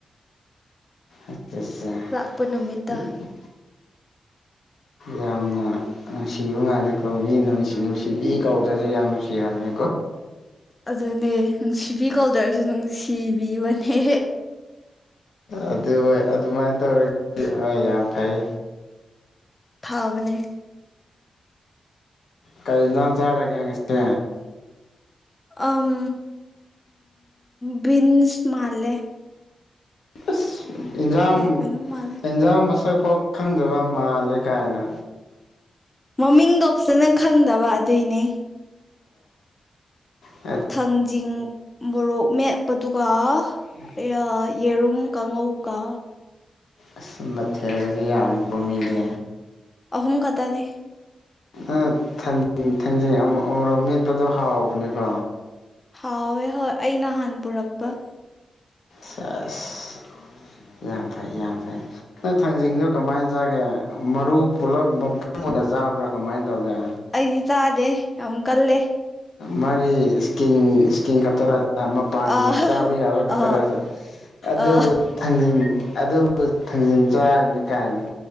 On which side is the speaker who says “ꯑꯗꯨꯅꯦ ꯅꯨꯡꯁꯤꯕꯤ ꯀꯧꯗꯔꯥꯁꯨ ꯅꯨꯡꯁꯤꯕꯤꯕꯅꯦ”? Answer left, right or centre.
Left